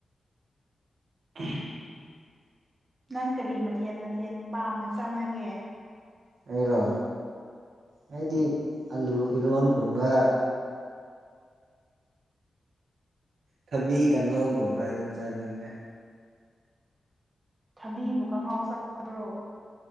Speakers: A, on the right (about 85°); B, on the right (about 35°).
A: ꯎ
B: ꯅꯪ ꯀꯔꯤ ꯃꯊꯦꯜ ꯃꯊꯦꯜ ꯄꯥꯝꯅ ꯆꯥꯅꯒꯦ
A: ꯑꯩꯔꯣ ꯑꯩꯗꯤ ꯑꯂꯨ ꯏꯔꯣꯟꯒꯨꯝꯕ ꯊꯕꯤ ꯀꯥꯡꯉꯧꯒꯨꯝꯕ ꯑꯗꯨꯝ ꯆꯥꯅꯤꯡꯅ
B: ꯊꯕꯤꯕꯨ ꯀꯉꯥꯎ ꯆꯥꯕ꯭ꯔꯣ